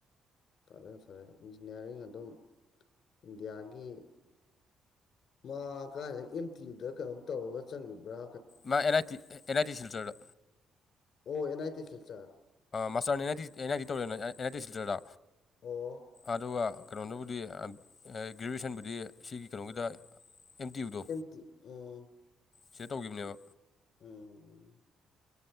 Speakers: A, on the left; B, on the left.
A: ꯐꯔꯦ ꯐꯔꯦ ꯏꯟꯖꯤꯅꯤꯌꯥꯔꯤꯡ ꯑꯗꯨꯝ ꯏꯟꯗꯤꯌꯥꯒꯤ ꯃꯥ ꯀꯥꯏꯗ ꯑꯦꯝ ꯇꯤ ꯌꯨꯗ ꯀꯩꯅꯣꯝ ꯇꯧꯔꯒ ꯆꯪꯒꯤꯕ꯭ꯔꯥ
B: ꯃꯥ ꯑꯦꯂꯥꯏ ꯇꯤ ꯑꯦꯂꯥꯏ ꯇꯤ ꯁꯤꯜꯆꯔꯗ
A: ꯑꯣ ꯑꯦꯟ ꯑꯥꯏ ꯇꯤ ꯁꯤꯟꯆ
B: ꯃꯥꯁꯇꯔꯅ N I T N I T ꯇꯧꯔ ꯑꯦꯟ ꯑꯥꯏ ꯇꯤ ꯁꯤꯜꯆꯔꯗ
A: ꯑꯣ
B: ꯑꯗꯨꯒ ꯀꯩꯅꯣꯅꯕꯨꯗꯤ ꯒ꯭ꯔꯦꯖꯨꯋꯦꯁꯟꯕꯨꯗꯤ ꯁꯤꯒꯤ ꯀꯩꯅꯣꯒꯤꯗ ꯑꯦꯝ ꯇꯤ ꯌꯨꯗꯣ
A: ꯇꯤ ꯎꯝ
B: ꯁꯤꯗ ꯇꯧꯈꯤꯕꯅꯦꯕ
A: ꯎꯝ ꯎꯝ